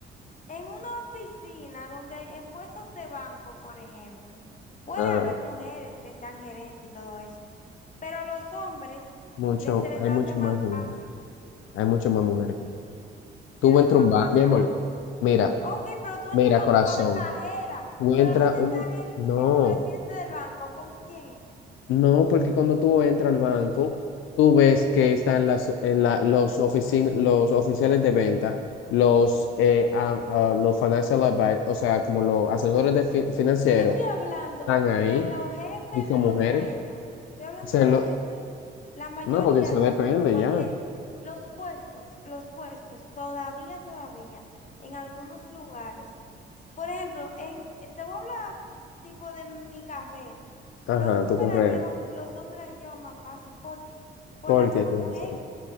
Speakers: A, on the left (about 40°); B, on the left (about 85°).
A: en una oficina donde en puestos de banco, por ejemplo, puede
B: Ah,
A: haber mujeres que sean gerentes y todo eso, pero a los hombres
B: Mucho,
A: les, se les
B: hay
A: hace
B: mucho
A: más
B: más mujeres,
A: fácil.
B: hay mucho más mujeres.
A: Se
B: Tú
A: les hace
B: entras
A: más
B: un bar,
A: fácil
B: mi amor,
A: al hombre.
B: mira,
A: Ok, pero tú
B: mira,
A: entras a un banco
B: corazón,
A: a ver cajera,
B: tú
A: pero
B: entras
A: ¿dónde
B: un,
A: está
B: no,
A: el, el presidente del banco? ¿Cómo quién es?
B: no, porque cuando tú entras al banco, tú ves que están las, en la, los oficin, los oficiales de venta, los, eh, a- a- los financial advi- o sea, como los asesores de fi- financieros,
A: Yo estoy hablando
B: están ahí
A: de los jefes
B: y son
A: de los
B: mujeres.
A: dueños, estoy hablando
B: O sea,
A: de los
B: lo-
A: jefes, la mayoría,
B: no, porque eso depende
A: porque
B: ya.
A: los puestos, los puestos, todavía, todavía, en algunos lugares, por ejemplo, en, te voy a hablar tipo de mi carrera,
B: Ajá,
A: los hombres
B: tu carrera.
A: la llevan, los hombres la llevan más fácil, ¿por qué? Por
B: ¿Por
A: las mismas
B: qué tú
A: mujeres.
B: dices?